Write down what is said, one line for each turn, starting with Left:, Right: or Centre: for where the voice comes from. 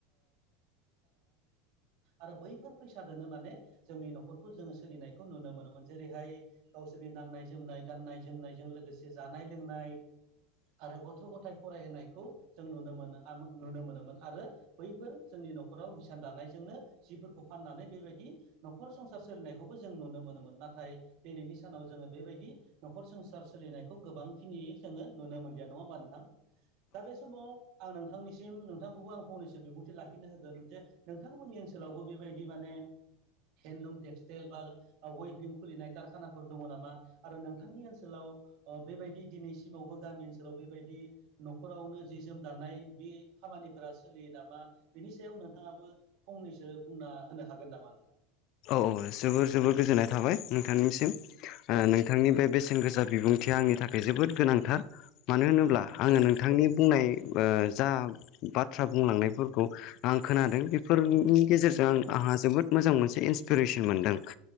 Right: आरो बैफोर फैसादोनो माने जोंनि न'खरखौ जोङो सोलिनायखौ नुनो मोनोमोन जेरैहाय गावसोरनि। नाय जोमनाय गाननाय जोमनायजों लोगोसे जानाय लोंनाय आरो गथ' गथाय फरायहोनाय नुनो मोनोमोन आरो बैफोर जोंनि न'खराव हिसान दानायजोंनो। फोरखौ फाननानै बेबायदि न'खर संसार सोलिनायखौबो जों नुनो मोनोमोन नाथाय दिनैनि सानाव जोङो। बेबायदि न'खर संसार सोलिनायखौ गोबांखिनि जोङो नुनो मोनलिया नङा होमा नोंथां। दा बे समाव आं नोंथां। नोंथांनिसिम नोंथांखौबो आं फंनैसो बिबुंथि लाखिनो होगोन जे नोंथांमोननि ओनसोलावबो बेबायदि माने। हेन्दलुम टेक्सटाइल बा वेभिं खुलिनाय कारखानाफोर दङ नामा आरो नोंथांनि ओनसोलाव। बेबायदि दिनैसिमावबो गामि ओनसोलाव बेबायदि। न'खरावनो जि जोम दानाय बे खामानिफोरा सोलियो नामा बेनि सायाव नोंथाङाबो। फंनैसो बुंना होनो हागोन नामा नोंथां।
Left: औ औ जोबोर जोबोर गोजोननाय थाबाय। नोंथांनिसिम नोंथांनि बे बेसेन गोसा बिबुं। या आंनि थाखाय जोबोद गोनांथार मानो होनोब। आङो
Right: औ
Left: नोंथांनि बुंनाय जा बाथ्रा। बुंलांनायफोरखौ आं खोनादों बेफोरनि
Right: औ
Left: गेजेरजों आं
Right: औ
Left: आंहा जोबोद मोजां मोनसे। एसे इन्सपिरेसन मोनदों